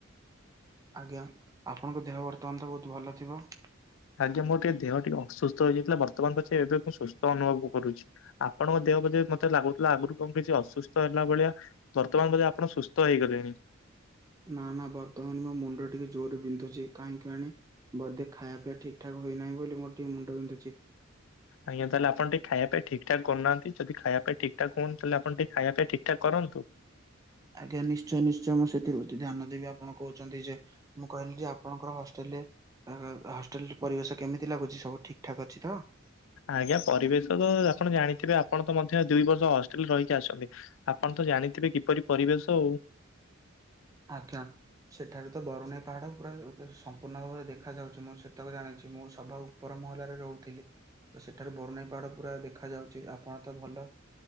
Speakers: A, on the right; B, on the left.
A: ଆଜ୍ଞା ଆପଣଙ୍କ ଦେହ ବର୍ତ୍ତମାନ ତ ବହୁତ ଭଲ ଥିବ।
B: ଆଜ୍ଞା ମୋ ଟିକେ ଦେହ ଟିକେ ଅସୁସ୍ଥ ହେଇଯାଇଥିଲା ବର୍ତ୍ତମାନ ପଛେ ଏବେ ମୁଁ ସୁସ୍ଥ ଅନୁଭବ କ-କରୁଛି। ଆପଣଙ୍କ ଦେହ ବୋଧେ ମତେ ଲାଗୁଥିଲା ଆଗୁରୁ କଣ କିଛି ଅସୁସ୍ଥ ହେଲା ଭଳିଆ? ବର୍ତ୍ତମାନ ବୋଧେ ଆପଣ ସୁସ୍ଥ ହେଇଗଲେଣି?
A: ନା ନା ବର୍ତ୍ତମାନ ମୋ ମୁଣ୍ଡ ଟିକେ ଜୋରେ ବିନ୍ଧୁଚି କାହିଁ କେଜାଣି। ବୋଧେ ଖାଇଆ ପିଆ ଠିକ ଠାକ ହୋଇନାହିଁ ବୋଲି ମୋର ଟିକେ ମୁଣ୍ଡ ବିନ୍ଧୁଚି।
B: ଆଜ୍ଞା ତାହାଲେ ଆପଣ ଟିକେ ଖାଇଆ, ପିଆ ଠିକ ଠାକ କରୁ ନାହାନ୍ତି, ଯଦି ଖାଇଆ, ପିଆ ଠିକ ଠାକ ହଉନି, ତାହେଲେ ଆପଣ ଟିକେ ଖାଇଆ, ପିଆ ଠିକ ଠାକ୍ କରନ୍ତୁ।
A: ଆଜ୍ଞା ନିଶ୍ଚୟ ନିଶ୍ଚୟ ମୁଁ ସେଥିପ୍ରତି ଧ୍ୟାନ ଦେବି, ଆପଣ କହୁଛନ୍ତି ଯେ ମୁଁ କହିଲି ଯେ ଆପଣଙ୍କର ହଷ୍ଟେଲରେ ଏ-ଏ ହଷ୍ଟେଲରେ ପରିବେଶ କେମିତି ଲାଗୁଚି ସବୁ ଠିକ ଠାକ୍ ଅଛି ତ?
B: ଆଜ୍ଞା ପରିବେଶ ତ ଆପଣ ଜାଣିଥିବେ ଆପଣ ତ ମଧ୍ୟ ଦୁଇ ବର୍ଷ ହଷ୍ଟେଲରେ ରହିକି ଆସଛନ୍ତି। ଆପଣ ତ ଜାଣିଥିବେ କିପରି ପରିବେଶ ଆଉ।
A: ଆଜ୍ଞା। ସେଠାରୁ ତ ବରୁଣେଇ ପାହାଡ ପୁରା ସମ୍ପୂର୍ଣ୍ଣ ଭାବରେ ଦେଖା ଯାଉଚି, ମୁଁ ସେତକ ଜାଣିଛି ମୁଁ ସବା ଉ ଉପର ମହଲାରେ ରହୁଥିଲି ତ ସେଠାରୁ ବରୁଣେଇ ପାହାଡ ପୁରା ଦେଖା ଯାଉଚି ଆପଣ ତ ଭଲ